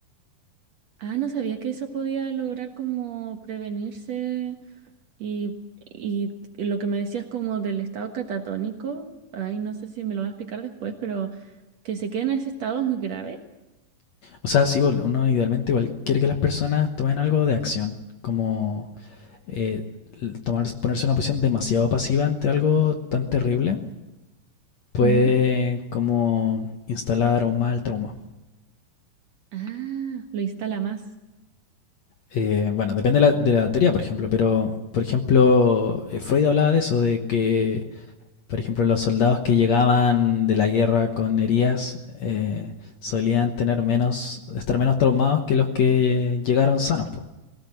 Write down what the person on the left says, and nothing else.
O sea, sí, uno idealmente igual quiere que las personas tomen algo de acción, como eh, tomar, ponerse en una posición demasiado pasiva ante algo tan terrible puede
como instalar aún más el trauma.
Eh, bueno, depende de la, de la teoría, por ejemplo, pero por ejemplo, eh, Freud hablaba de eso, de que, por ejemplo, los soldados que llegaban de la guerra con heridas eh, solían tener menos, estar menos traumados que los que llegaron sanos, po.